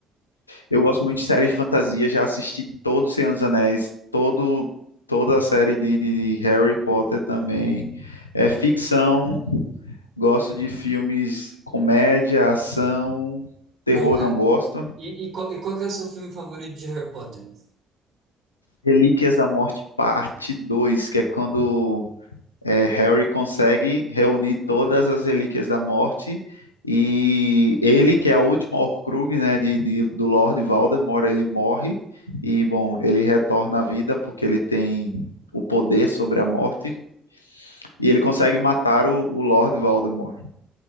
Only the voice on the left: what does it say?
Eu gosto muito de séries de fantasia, já assisti todo o Senhor dos Anéis, todo, toda a série de, de- de Harry Potter também. É ficção, gosto de filmes comédia, ação, terror
não gosto.
Relíquias da Morte, parte Dois que é quando é, Harry consegue reunir todas as relíquias da morte e ele, que é a última Horcrux, né, de, de- do Lord Voldemort, ele morre e, bom, ele retorna à vida porque ele tem o poder sobre a morte e ele consegue matar o, o Lord Voldemort.